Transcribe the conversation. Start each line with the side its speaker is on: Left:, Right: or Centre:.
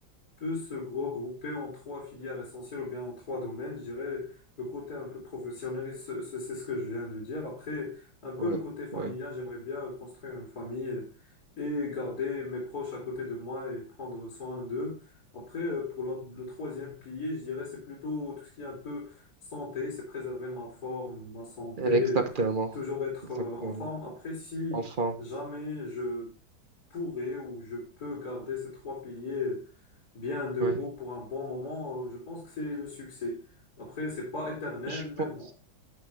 Left: peut se regrouper en trois filières essentielles ou bien en trois domaines. Je dirais le côté un peu professionnel, c'est c'est- c'est ce que je viens de dire. Après, un peu
Right: ouais,
Left: le côté familial,
Right: ouais.
Left: j'aimerais bien construire une famille et garder mes proches à côté de moi et prendre soin d'eux. Après, euh, pour la-
Right: Mm.
Left: le troisième pilier, je dirais c'est plutôt tout ce qui est un peu santé, c'est préserver ma forme, ma santé,
Right: Exactement.
Left: toujours être
Right: Exactement.
Left: euh, en forme. Après, si
Right: Enfin,
Left: jamais je pourrais ou je peux garder ces trois piliers bien de
Right: ouais.
Left: beau pour un bon moment, euh, je pense que c'est le succès. Après, c'est pas éternel,
Right: Je
Left: mais
Right: pense
Left: bon.